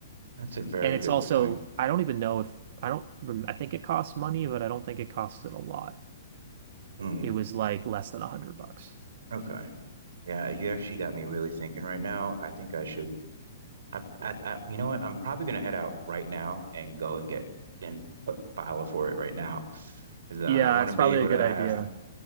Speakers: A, on the right (about 70°); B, on the right (about 55°).
A: That's a very
B: And
A: good
B: it's also,
A: point.
B: I don't even know if, I don't, rem- I think it costs money, but I don't think it costed a lot.
A: Hmm.
B: It was like less than a hundred bucks.
A: Okay. Yeah, you actually got me really thinking right now. I think I should I, I, I you know what? I'm probably gonna head out right now and go and get and put, file for it right now because uh, I
B: Yeah,
A: want
B: it's
A: to be
B: probably
A: able
B: a
A: to
B: good
A: have
B: idea.